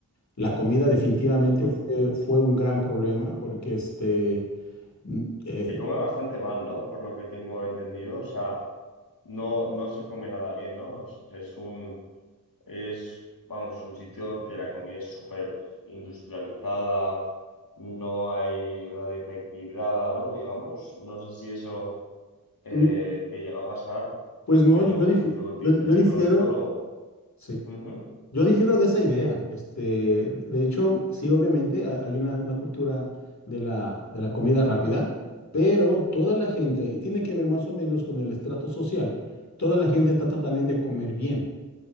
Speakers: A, on the left; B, on the left.
A: La comida definitivamente
B: Ujú.
A: fue, fue un gran problema porque, este, mm, eh,
B: Se come bastante mal, ¿no? Por lo que tengo entendido. O sea, no, no se come nada bien, ¿no? Es, es un, es, vamos, un sitio que la comida es súper industrializada, no hay una dieta equilibrada, ¿no? Digamos, no sé si eso eh,
A: mm,
B: te llega a pasar,
A: pues no,
B: pero
A: yo, yo,
B: vamos,
A: dif-
B: yo de
A: yo-
B: gente
A: yo difiero,
B: que conozco lo...
A: sí.
B: Ujú,
A: Yo difiero de esa idea. Este, de hecho, sí, obviamente ha- hay una, una cultura de la, de la comida rápida, pero toda la gente, y tiene que ver más o menos con el estrato social, toda la gente trata también de comer bien.